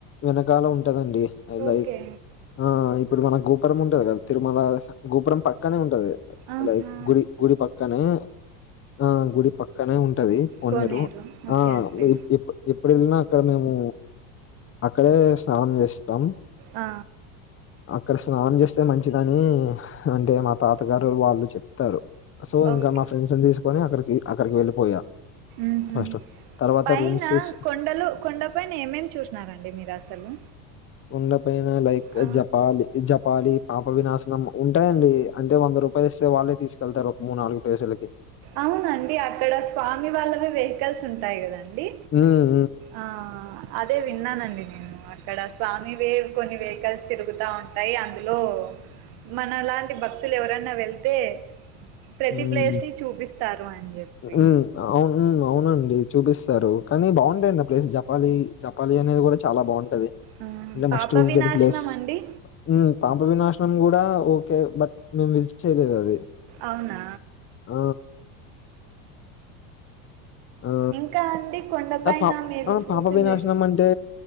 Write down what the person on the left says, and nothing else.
వెనకాల ఉంటదండి లైక్
ఆ ఇప్పుడు మన గోపురం ఉంటది కదా తిరుమల గోపురం పక్కనే ఉంటది
లైక్ గుడి గుడి పక్కనే ఆ గుడి పక్కనే ఉంటది కొనేరు
ఆ
ఎప్పు ఎప్పుడు వెళ్ళినా అక్కడ మేము అక్కడే స్నానం చేస్తాం
అక్కడ స్నానం చేస్తే మంచిదని అంటే మా తాతగారు వాళ్ళు చెప్తారు సో
ఇంకా మా ఫ్రెండ్స్ని తీసుకొని అక్కడికి అక్కడికి వెళ్ళిపోయా
ఫస్ట్. తర్వాత
రూమ్సేస్
కొండపైన లైక్
జపాలి జపాలి పాప వినాశనం ఉంటాయండి అంటే వంద రూపాయలు ఇస్తే వాళ్ళే తీసుకెళ్తారు ఒక మూడు నాలుగు ప్లేస్లకి
మ్
హ్మ్.
హ్మ్. అవును అవునండి చూపిస్తారు కానీ బాగుంటయండి ప్లేస్ జపాలి జపాలి అనేది కూడా చాలా బాగుంటది
అంటే
మస్ట్ విజిటబుల్
ప్లేస్
మ్ పాప వి నాశనం కూడా ఓకే బట్ మేము విజిట్ చేయలేదు అది
ఆ ఆ! ఆ!
పా
ఆ
పాప వినాశనం అంటే